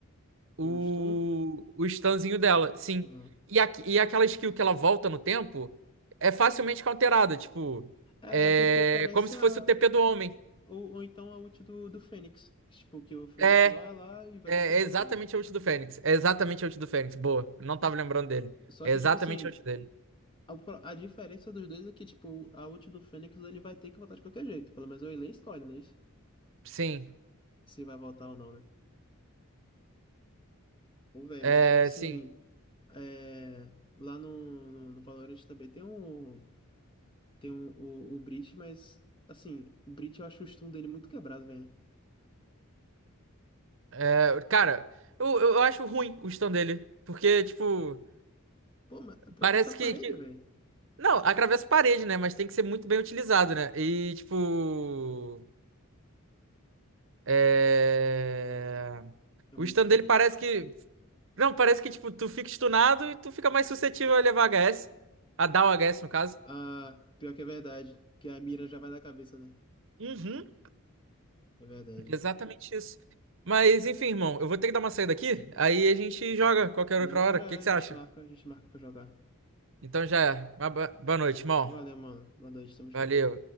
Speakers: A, on the right (about 60°); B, on the left (about 25°).
A: O,
B: Gosto?
A: o stunzinho dela, sim.
B: Hum.
A: E, a, e aquela skill que ela volta no tempo é facilmente counterada. Tipo,
B: É,
A: é
B: é porque parece
A: como se
B: a,
A: fosse o TP do homem.
B: Ou, ou então a ult do, do Fênix. que, Tipo, que o Fênix
A: É,
B: vai lá e vai
A: é
B: ter que voltar.
A: exatamente
B: né?
A: a ult do Fênix. É exatamente a ult do Fênix. Boa. Não tava lembrando dele.
B: Só
A: É
B: que,
A: exatamente
B: tipo assim,
A: a ult dele.
B: a, pro- a diferença dos dois é que, tipo, a ult do Fênix ele vai ter que voltar de qualquer jeito. Pelo menos o Elen escolhe, né? isso?
A: Sim.
B: Se vai voltar ou não, né? Pô, velho,
A: É,
B: mas, tipo assim,
A: sim.
B: é, lá no, no, no Valorant também tem um. Tem um, o, o Breach, mas, assim, o Breach eu acho o stun dele muito quebrado, velho.
A: É, cara, eu, eu eu acho ruim o stun dele. Porque, tipo,
B: Pô, mas atravessa
A: parece
B: a
A: que,
B: parede,
A: que-
B: velho.
A: Não, atravessa a parede, né? Mas tem que ser muito bem utilizado, né? E, tipo. É...
B: É
A: O
B: muito.
A: stun
B: co-
A: dele parece que. Não, parece que, tipo, tu fica stunado e tu fica mais suscetível a levar HS. A dar
B: é.
A: o HS, no caso.
B: Ah, pior que é verdade, que a mira já vai da cabeça, né?
A: Uhum,
B: É verdade.
A: exatamente isso. Mas, enfim, irmão, eu vou ter que dar uma saída aqui. Aí a gente joga qualquer
B: Não,
A: outra hora.
B: já
A: O que
B: é,
A: que
B: a
A: você
B: gente
A: acha?
B: marca, a gente marca pra jogar.
A: Então já é. Uma ba- Boa noite, irmão.
B: Valeu, mano. Boa noite, tamo junto.
A: Valeu.